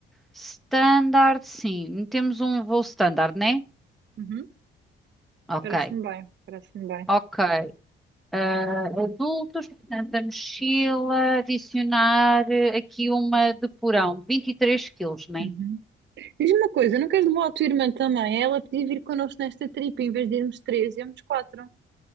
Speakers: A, in the centre; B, on the right.
A: Standard, sim. Metemos um voo standard, né?
B: Uhum,
A: Ok,
B: Parece-me bem, parece-me bem.
A: ok. Ah, adultos, portanto, a mochila, adicionar eh, aqui uma de porão, 23 quilos, né?
B: Uhum. Diz-me uma coisa, não queres levar a tua irmã também? Ela podia vir connosco nesta tripa, em vez de irmos três, íamos quatro.